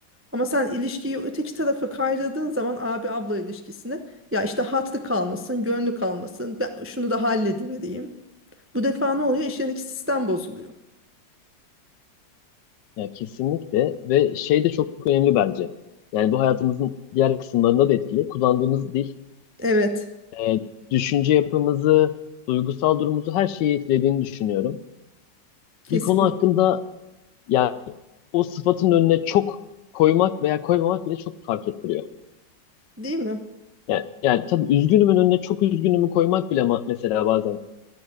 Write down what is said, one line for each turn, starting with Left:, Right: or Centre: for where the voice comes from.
Right: Ama sen ilişkiyi öteki tarafa kaydırdığın zaman abi abla ilişkisini ya işte hatlı kalmasın, gönlü kalmasın, ben şunu da halledivereyim. Bu defa ne oluyor? İşlerindeki sistem bozuluyor.
Left: Ya kesinlikle ve şey de çok önemli bence. Yani bu hayatımızın diğer kısımlarında da etkili. Kullandığımız dil,
Right: Evet,
Left: e, düşünce yapımızı, duygusal durumumuzu her şeyi etkilediğini düşünüyorum.
Right: kesinlikle.
Left: Bir konu hakkında yani o sıfatın önüne çok koymak veya koymamak bile çok fark ettiriyor.
Right: Değil mi?
Left: Yani, yani tabii üzgünümün önüne çok üzgünümü koymak bile ma- mesela bazen